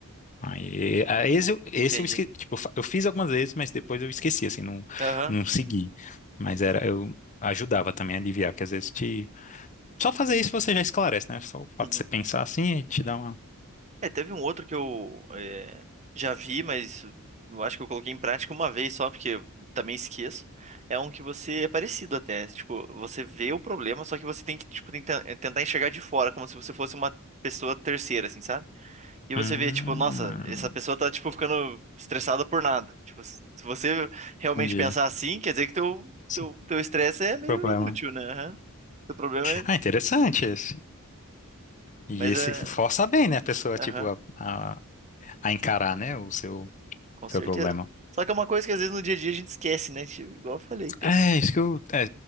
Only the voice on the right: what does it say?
entendi.
Aham,
uhum.
É, teve um outro que eu é, já vi, mas eu acho que eu coloquei em prática uma vez só, porque eu também esqueço. É um que você é parecido até. Tipo, você vê o problema, só que você tem que, tipo, tenta- eh, tentar enxergar de fora, como se você fosse uma pessoa terceira, assim, sabe? E você
vê, tipo, nossa, essa pessoa tá, tipo, ficando estressada por nada. Tipo, se você realmente
pensar assim, quer dizer que teu,
teu, teu estresse é meio
inútil, né? Aham. Teu problema é.
Mas
é.
Aham.
Com
certeza.
Só que é uma coisa que às vezes no dia a dia a gente esquece, né? Tipo, igual eu falei, cara.